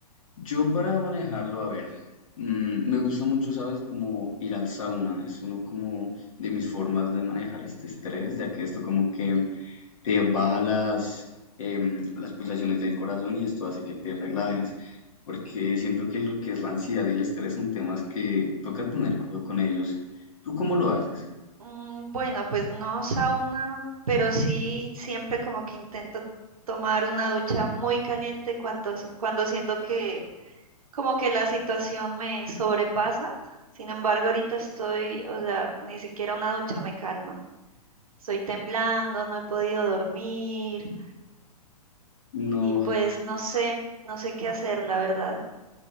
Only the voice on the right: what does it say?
Sí.
Mm, bueno, pues no sauna, pero sí siempre como que intento tomar una ducha muy caliente cuando, cuando siento que como que la situación me sobrepasa. Sin embargo, ahorita estoy, o sea, ni siquiera una ducha me calma. Estoy temblando, no he podido dormir.
Y pues no sé, no sé qué hacer, la verdad.